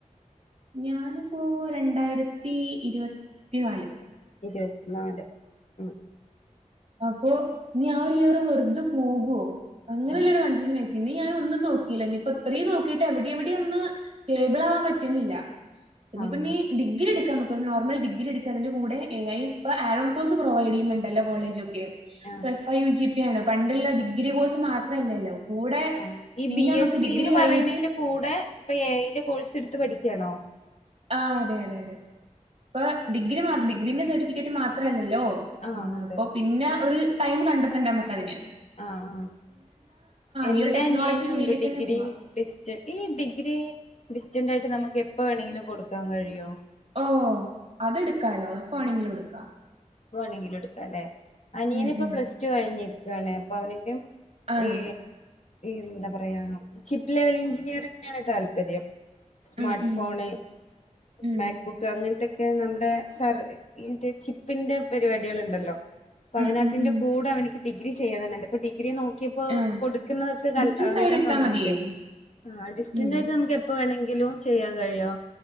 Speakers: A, on the right; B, on the left.
A: ഞാനിപ്പോ രണ്ടായിരത്തി ഇരുപത്തി നാല്
B: ഇരുപത്തി നാല് ഉം
A: അപ്പോ ഇനി ആഒരു ഇയർ വെറുതെ പോകുവോ അങ്ങനെയുള്ളോരു
B: ആഹ്
A: കൺഫ്യൂഷൻ ആയി പിന്നെ ഞാനൊന്നും നോക്കിയില്ലനിപ്പ ഇത്രയും നോക്കിയിട്ട് എവിടെ എവിടെയോന്ന് സ്റ്റേബിൾ ആവാൻ പറ്റണില്ല പിന്നെ
B: ആഹ്
A: ഇപ്പനീ ഡിഗ്രി എടുക്കാം നമുക്കൊ നോർമൽ ഡിഗ്രി എടുക്കാം അതിന്റെ കൂടെ എ ഐ ഇപ്പൊ ആ കോഴ്സ് പ്രൊവൈഡ് ചെയ്യുന്നുണ്ടല്ലോ കോളേജ് ഒക്കെൊ
B: ആഹ്
A: എഫ് ഐ യു ജിപി യാണ് പണ്ടുള്ള ഡിഗ്രി കോഴ്സ് മാത്രല്ലല്ലോ കൂടെ
B: ആ ഈ
A: പിന്നെ
B: ബി
A: നമുക്ക്
B: എസ് സിന്ന്
A: ഡിഗ്രി കഴിഞ്ഞിട്ട്
B: പറയുന്നതിന്റെ കൂടെ ഇപ്പൊ എ ഐ ന്റെ കോഴ്സ് എടുത്ത് പഠി ഠിക്കണോ
A: ആ അതെ അതെ അതെ അപ്പൊ ഡിഗ്രി മാ ഡിഗ്രീന്റെ സർട്ടിഫിക്കറ്റ് മാത്രല്ല ല്ലോ
B: ആഹ് അതെ
A: അപ്പൊ പിന്നെ ഒരു ടൈം കണ്ടെത്തണ്ട നമ്മക്ക് അതിന്
B: ആ ആ എന്റെ
A: ഈ ഒരു ടെക്നോളജി
B: അനിയനുണ്ട്
A: ഫീൽഡിക്കന്നെ
B: ഡിഗ്രി
A: പോവാ.
B: ഡിസ്റ്റ് ഈ ഡിഗ്രി ഡിസ്റ്റന്റ് ആയിട്ട് നമുക്ക് എപ്പ വേണെങ്കിലും കൊടുക്കാൻ കഴിയോ
A: ഓ അതെടുക്കാലോ എപ്പോ വാണെങ്കിലും എടുക്കാ
B: പോവാണെങ്കിൽ എടുക്കാല്ലെ അനിയനിപ്പൊ
A: ഉം ഉം
B: പ്ലസ് ടു കഴിഞ്ഞിരിക്കുവാണ് അപ്പൊ അവനിക്കും
A: ആണോ?
B: ഈ എന്താ പറയാ ചിപ്പ് ലെവൽ എഞ്ചിനീയറിങ്ങിനാണ് താല്പര്യം സ്മാർട്ട്
A: ഉം ഉം
B: ഫോണ്
A: ഉം
B: മാക്ബുക്ക് അങ്ങനത്തെ ഒക്കെ നമ്മുടെ സർ ചിപ്പിന്റെ പരിപാടികൾുണ്ടല്ലോ അപ്പൊ
A: ഉം
B: അവനതിന്റെ
A: ഉം ഉം
B: കൂടെ അവനിക്ക് ഡിഗ്ര ചെയ്യണെന്നുണ്ട് ഇപ്പൊ ഡിഗ്രി നോ എ ഇപ്പൊ
A: ആഹ്
B: കൊടുക്കുന്നതൊക്കെ
A: ഡിസ്റ്റൻസ്
B: എല്ലാം
A: ആയിട്ട് എടുത്താ
B: കംപ്ലീറ്റ്
A: മതിയേ
B: ആയി ആ ഡിസ്റ്റൻറ്
A: ഉം
B: ആയിട്ട് നമുക്ക് എപ്പ വേണമെങ്കിലും ചെയ്യാൻ കഴിയോ